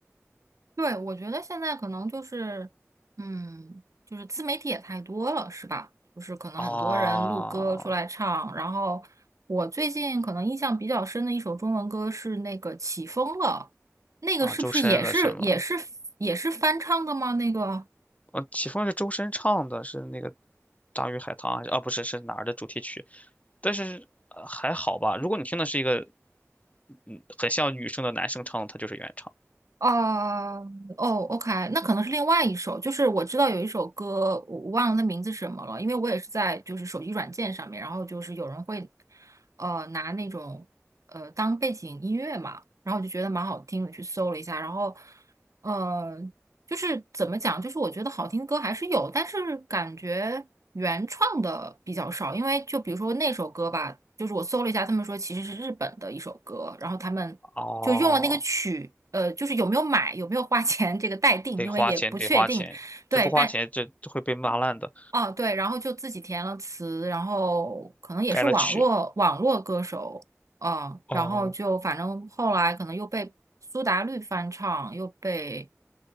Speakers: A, on the right; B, on the left.
A: 对，我觉得现在可能就是，嗯，就是自媒体也太多了，是吧？就是可能很多人录歌出来唱，
B: 啊
A: 然后我最近可能印象比较深的一首中文歌是那个《起风了》，那个是不是也是也是也是翻唱的吗？
B: 啊，周深的是吗？
A: 那个
B: 嗯，起风是周深唱的，是那个《大鱼海棠》还是啊？不是，是哪儿的主题曲？但是呃还好吧。如果你听的是一个，嗯，很像女生的男生唱的，他就是原唱。
A: 哦哦，OK，那可能是另外一首，就是我知道有一首歌，我我忘了那名字是什么了，因为我也是在就是手机软件上面，然后就是有人会呃拿那种呃当背景音乐嘛，然后我就觉得蛮好听的，去搜了一下，然后呃就是怎么讲，就是我觉得好听歌还是有，但是感觉原创的比较少，因为就比如说那首歌吧，就是我搜了一下，他们说其实是日本的一首歌，然后他们就用了那个曲，
B: 哦，
A: 呃，就是有没有买，有没有花钱这个待定，
B: 得花钱，
A: 因为也不确定。
B: 得花钱，
A: 对，
B: 这不花钱，
A: 但
B: 这这会被骂烂的。
A: 哦对，然后就自己填了词，然后可能也是网络网络歌手，
B: 改了曲，
A: 嗯，
B: 哦，
A: 然后就反正后来可能又被苏打绿翻唱，又被